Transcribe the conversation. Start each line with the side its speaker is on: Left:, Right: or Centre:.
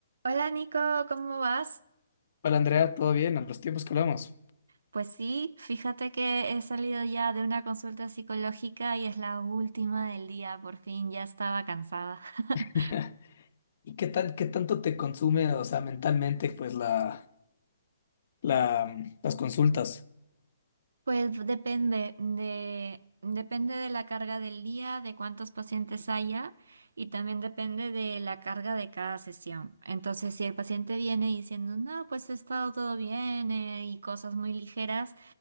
Right: Hola Nico, ¿cómo vas?
Left: Hola Andrea, ¿todo bien? A los tiempos que hablamos.
Right: Pues sí, fíjate que he salido ya de una consulta psicológica y es la última del día, por fin ya estaba cansada. <laughs>
Left: <laughs> ¿Y qué tan, qué tanto te consume, o sea, mentalmente, pues la, la, mm, las consultas?
Right: Pues depende de, depende de la carga del día, de cuántos pacientes haya y también depende de la carga de cada sesión. Entonces, si el paciente viene diciendo, no, pues he estado todo bien eh, y cosas muy ligeras,